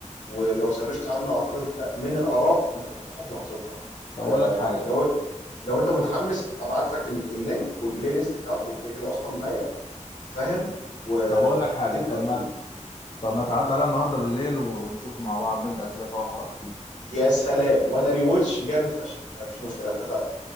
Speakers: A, on the left (about 75°); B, on the left (about 35°).
A: ولو سرشت عنه اعتقد انت من الاراء انت هتفتحه في لحظتها
B: طب اقول
A: آه
B: لك حاجه
A: لو لو انت متحمس ابعت لك ال- اللينك والبلاي ليست بتاعته كده كده اصلا معايا فاهم و...
B: طب اقول لك حاجه
A: وتبدا
B: طب
A: فيه
B: ما طب ما تعدي علينا النهارده بالليل و... ونشوفه مع بعض نبدا كده في اول حلقه فيه
A: يا سلام وانا ريواتش جامد فشخ مفيش مشكله اتفقنا